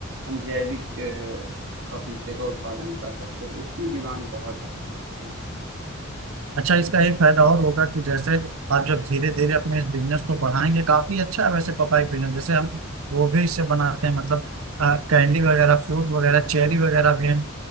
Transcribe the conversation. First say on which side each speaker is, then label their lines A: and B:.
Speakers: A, on the right; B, on the right.
A: हम जैविक पपीते का उत्पादन कर सकते हो तो उसकी डिमांड बहुत ज़्यादा होती है
B: अच्छा इसका एक फायदा और होगा कि जैसे आप जब धीरे धीरे अपने इस बिजनेस को बढ़ाएंगे काफी अच्छा है वैसे पपाई बिजनेस जैसे हम वो भी इससे बनाते हैं मतलब अ, कैंडी वगैरह फ्रूट वगैरह चेरी वगैरह भी हम